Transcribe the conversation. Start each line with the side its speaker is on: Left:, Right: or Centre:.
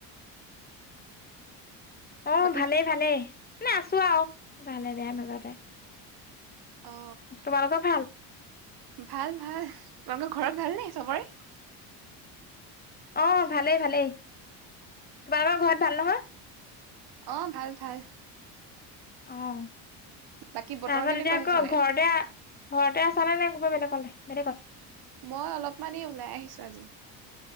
Left: অ
Right: বাকী
Left: ভালেই ভালেই মানে আছো আৰু ভালে বেয়াৰ মাজতে।
Right: অ
Left: তোমালোকৰ ভাল?
Right: ভাল ভাল। তোমালোকৰ ঘৰত ভাল নে চবৰে।
Left: অ ভালেই ভালেই তোমালোকৰ ঘৰত ভাল নহয়।
Right: অ ভাল ভাল
Left: অ
Right: বাকী বতৰ
Left: তৰপা
Right: কেনেকুৱা
Left: এতিয়া
Right: সেইফালে?
Left: ঘৰ তে ঘৰতে আছা নে নাই কিবা বেলেগলৈ বেলেগত
Right: মই অলপমানেই ওলাই আহিছো আজি